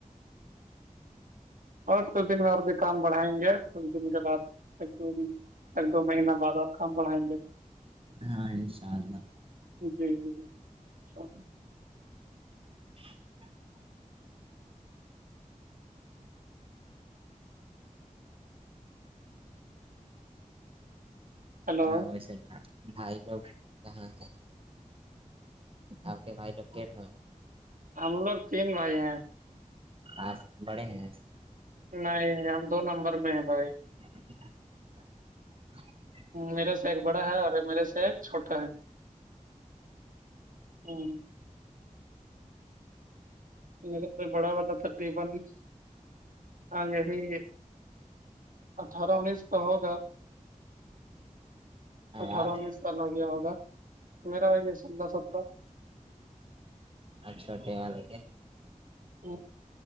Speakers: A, on the right; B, on the right.
A: اور س دن اور بھی کام بڑھائیں گے کچھ دن کے بعد ایک دو دن ایک دو مہینہ بعد اور کام بڑھائیں گے
B: ہاں ا شاء اللہ
A: جی جی شام
B: <inaudible>
A: ہلو
B: ہاں ویسے بھائی لوگاں آ پکے بھاائی لوگ کیٹھ
A: ہم لوگ تین بھائی ہیں
B: آپ بڑے ہیں
A: نہیں ہم دو نمبر میں ہیں بھائی
B: ا <inaudible>
A: میرے سے ایک بڑا ہے اور میرے سے ایک چھوٹا ہے ہوں م بڑا والا <unintelligible> اٹھارہ انیس کا ہوگا اٹھارہ
B: آپ
A: انیس بن ہو گیا ہوگا میرا وہی ہے س دس سترہ
B: اچھوٹٹی والے کے
A: ہ